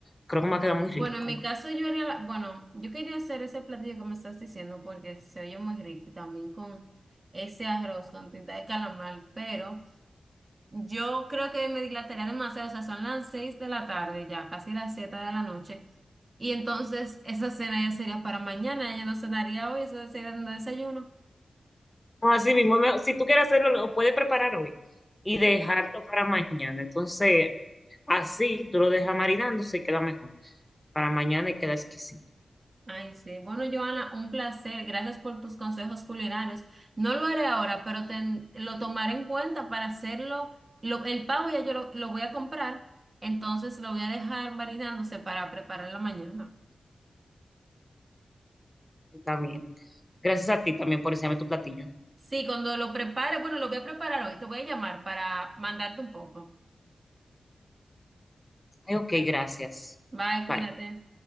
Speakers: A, on the left; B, on the right.
A: creo que me va a quedar muy
B: bueno,
A: rico.
B: en mi caso yo haría, la- bueno, yo quería hacer ese platillo que me estás diciendo porque se oye muy rico y también con ese arroz con tinta de calamar, pero Yo creo que me dilataría demasiado, o sea, son las seis de la tarde ya, casi las siete de la noche. Y entonces esa cena ya sería para mañana, ella no cenaría hoy, eso sería un desayuno.
A: No, Así mismo, me- si tú quieres hacerlo, lo puedes preparar hoy y dejarlo para mañana. Entonces, así tú lo dejas marinando, se queda mejor. Para mañana y queda exquisito.
B: Ay, sí. Bueno, Joana, un placer. Gracias por tus consejos culinarios. No lo haré ahora, pero ten- lo tomaré en cuenta para hacerlo. Lo- el pavo ya yo lo, lo voy a comprar, entonces lo voy a dejar marinándose para preparar la mañana.
A: Está bien. Gracias a ti también por enseñarme tu platillo.
B: Sí, cuando lo prepare, bueno, lo voy a preparar hoy, te voy a llamar para mandarte un poco.
A: Ay, ok,
B: Bye.
A: gracias.
B: Bye, cuídate.
A: Bye.